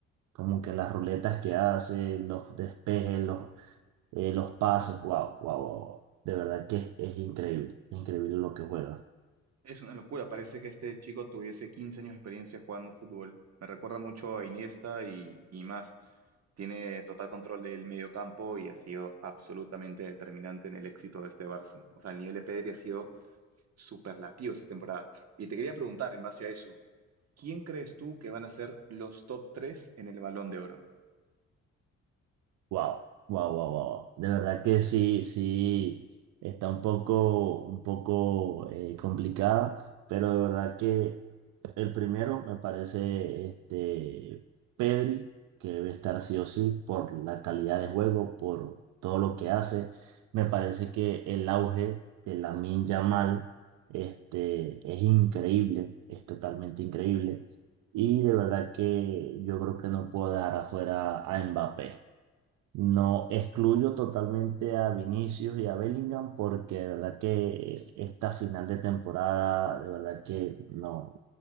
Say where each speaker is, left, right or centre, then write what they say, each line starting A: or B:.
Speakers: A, on the right; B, on the right.
A: como que las ruletas que hace, los despejes, los, eh, los pases, wow, wow, wow, wow. De verdad que es, es increíble, increíble lo que juega.
B: Es una locura, parece que este chico tuviese 15 años de experiencia jugando fútbol. Me recuerda mucho a Iniesta y, y más. Tiene total control del medio campo y ha sido absolutamente determinante en el éxito de este Barça. O sea, el nivel de Pedri ha sido superlativo esta temporada. Y te quería preguntar, en base a eso, ¿quién crees tú que van a ser los top 3 en el Balón de Oro?
A: Wow, wow, wow, wow. De verdad que sí, sí, está un poco, un poco eh, complicada, pero de verdad que el primero me parece este Pedri, que debe estar sí o sí por la calidad de juego, por todo lo que hace. Me parece que el auge de Lamine Yamal este, es increíble, es totalmente increíble. Y de verdad que yo creo que no puedo dejar afuera a Mbappé. No excluyo totalmente a Vinicius y a Bellingham porque de verdad que esta final de temporada, de verdad que no,